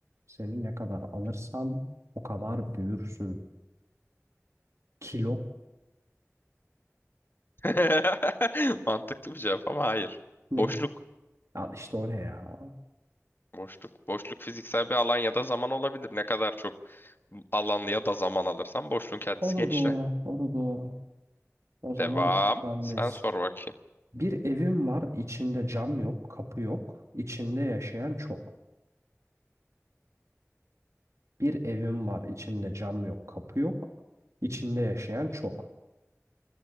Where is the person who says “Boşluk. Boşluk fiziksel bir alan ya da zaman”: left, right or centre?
Left